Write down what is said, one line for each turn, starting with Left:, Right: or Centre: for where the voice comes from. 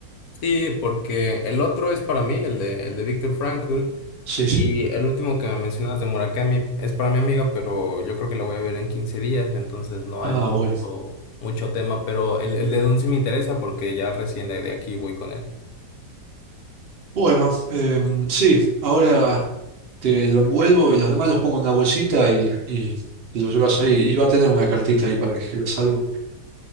Left: Sí, porque el otro es para mí, el de, el de Viktor Frankl,
Right: Sí,
Left: y
Right: sí.
Left: el último que me mencionabas de Murakami es para mi amiga, pero yo creo que la voy a ver en 15 días, entonces no hay
Right: Ah,
Left: mucho,
Right: bueno.
Left: mucho tema, pero el, el de Dune sí me interesa porque ya recién de de aquí voy con él.
Right: Bueno, em, sí, ahora te lo envuelvo y los demás los pongo en una bolsita y, y te lo llevas ahí. Y va a tener una cartita ahí para que escribas algo.